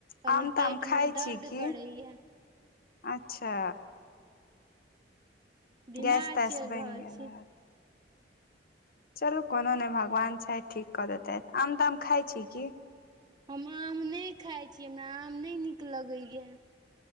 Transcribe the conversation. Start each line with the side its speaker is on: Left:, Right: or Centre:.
Right: कनी
Left: आम ताम
Right: पेट
Left: खाइ
Right: में दर्द
Left: छी की
Right: करैए
Left: अच्छा
Right: बीमार
Left: गैस तैस
Right: चैल
Left: बनि
Right: रहल
Left: गेल
Right: छी
Left: हैत चलू कोनो नय भगवान छै ठीक कऽ देतै आम ताम खााय छी की
Right: हम आम नय खाइ छी हमरा आम नय नीक लगैय